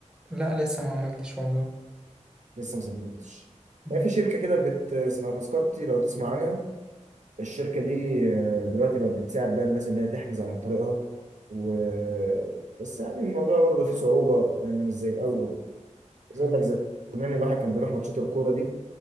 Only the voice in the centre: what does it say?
لا لسه ما عملتش والله
مم.
آه.